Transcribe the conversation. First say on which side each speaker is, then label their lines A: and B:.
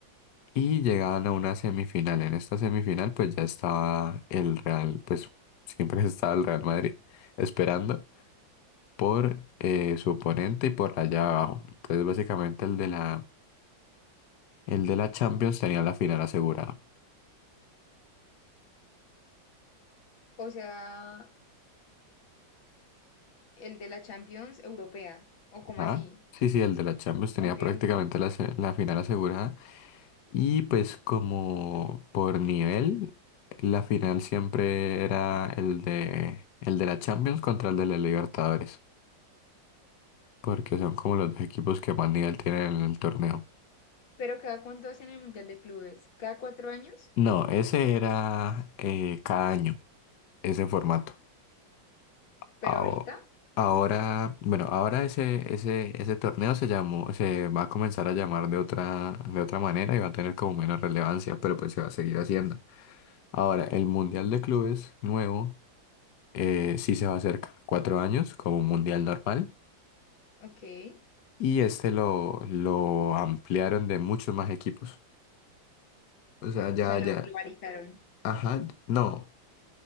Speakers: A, on the left (about 65°); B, on the left (about 85°).
A: Y llegaban a una semifinal. En esta semifinal pues ya estaba el Real, pues siempre <laughs> estaba el Real Madrid esperando por eh, su oponente y por allá abajo. Entonces básicamente el de la El de la Champions tenía la final asegurada.
B: O sea, el de la Champions Europea, o como
A: ¿Ah?
B: así.
A: Sí, sí, el de la Champions tenía
B: Ok,
A: prácticamente
B: ok.
A: la, se- la final asegurada. Y pues como por nivel, la final siempre era el de, el de la Champions contra el de la Libertadores. Porque son como los dos equipos que más nivel tienen en el torneo.
B: Pero cada cuánto hacen el Mundial de Clubes, cada cuatro años,
A: No, ese era eh, cada año, ese formato. Aho-
B: pero ahorita,
A: Ahora, bueno, ahora ese, ese, ese torneo se llamó, se va a comenzar a llamar de otra, de otra manera y va a tener como menos relevancia, pero pues se va a seguir haciendo. Ahora, el Mundial de Clubes nuevo, eh, sí se va a hacer cada cuatro años como un Mundial normal
B: ok.
A: y este lo, lo ampliaron de muchos más equipos. O sea, ya,
B: O sea, lo
A: ya,
B: globalizaron.
A: ajá, no,